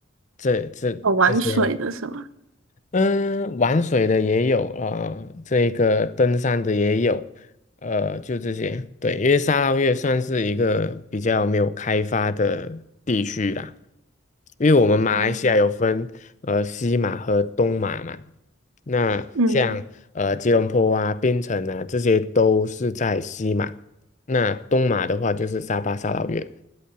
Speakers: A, on the left; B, on the right.
A: 这这。
B: 哦，玩水的是吗？
A: 这些。嗯，玩水的也有，呃，这个登山的也有，呃，就这些。对，因为沙捞越算是一个比较没有开发的地区啦，因为我们马来西亚有分呃西马和东马嘛，
B: 嗯
A: 那像呃吉隆坡啊、
B: 嗯，
A: 槟城啊这些都是在西马，那东马的话就是沙巴、沙捞越，